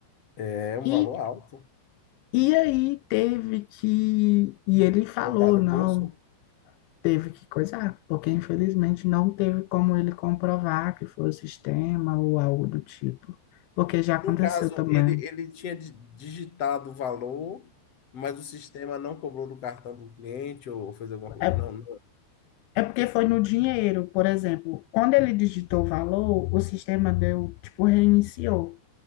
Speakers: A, on the left; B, on the left.
A: É um
B: E,
A: valor alto,
B: e aí teve que. E ele falou,
A: botado
B: não,
A: no bolso.
B: teve que coisar, porque infelizmente não teve como ele comprovar que foi o sistema ou algo do tipo. Porque já
A: No
B: aconteceu
A: caso,
B: também.
A: ele, ele tinha di- digitado o valor, mas o sistema não cobrou do cartão do cliente ou fez alguma coisa.
B: É
A: Não, não,
B: É porque foi no dinheiro, por exemplo. Quando ele digitou o valor, o sistema deu, tipo, reiniciou.